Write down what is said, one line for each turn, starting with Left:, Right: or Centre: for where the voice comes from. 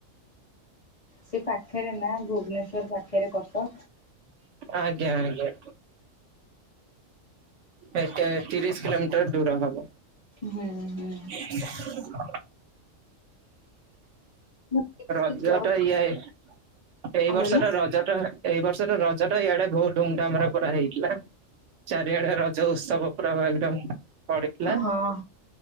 Left: ସେଇ ପାଖରେ ମ ଭୁବନେଶ୍ବର ପାଖରେ କଟକ।
Right: ଆଜ୍ଞା ଆଜ୍ଞା। ଏଇଠୁ ତିରିଶ କିଲୋମିଟର ଦୂର ହବ।
Left: ହୁଁ ହୁଁ।
Right: <unintelligible>
Left: ମୁଁ ଏଇଠି
Right: ରଜ
Left: ଜବ୍
Right: ଟା
Left: କଣ
Right: ଇଆଡେ ଏଇ ବର୍ଷଟା
Left: କହିଲେ
Right: ରଜ ଟା ଏଇ ବର୍ଷର ରଜ ଟା ଇଆଡେ ବହୁତ ଧୁମଧାମରେ କରା ହେଇଥିଲା। ଚାରିଆଡେ ରଜ ଉତ୍ସବ ପୁରା ଏକଦମ୍ ପଡିଥିଲା
Left: ହଁ